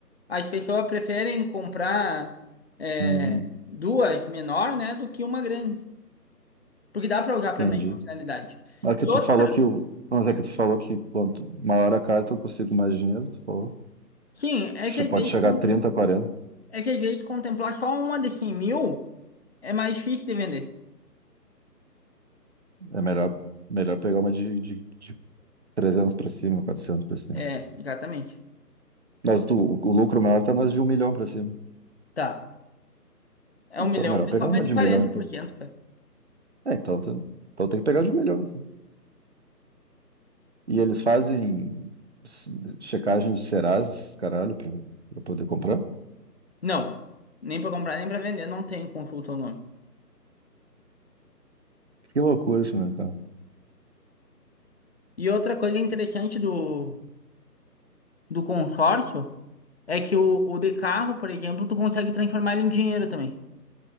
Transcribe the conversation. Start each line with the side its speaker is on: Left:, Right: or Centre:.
Left: As pessoas preferem comprar é,
Right: Hum,
Left: duas menor, né, do que uma grande, porque dá para usar para
Right: entendi.
Left: a mesma finalidade.
Right: Mas que
Left: E
Right: tu
Left: outra,
Right: falou que o... Mas é que tu falou que quanto maior a carta eu consigo mais dinheiro, tu falou.
Left: sim, é
Right: Acho
Left: que às
Right: que Pode
Left: vezes
Right: chegar
Left: con-
Right: a 30, 40.
Left: é que às vezes contemplar só uma de 100 mil é mais difícil de vender.
Right: É melhor, melhor pegar uma de, de, 300 para cima, 400 para cima.
Left: É, exatamente.
Right: Mas tu, o, o lucro maior tá nas de um milhão para cima.
Left: Tá. É
Right: É,
Left: um
Right: Então,
Left: milhão,
Right: melhor
Left: o pessoal
Right: pegar
Left: vai
Right: uma
Left: de
Right: de
Left: quarenta
Right: um milhão, então.
Left: por cento cara.
Right: É, então, tu- então tem que pegar de um milhão, então. E eles fazem s- checagem de Serasa, caralho, pra, pra poder comprar?
Left: Não, nem para comprar nem para vender, não tem consulta ou não.
Right: Que loucura esse mercado.
Left: E outra coisa interessante do, do consórcio é que o, o de carro, por exemplo, tu consegue transformar ele em dinheiro também.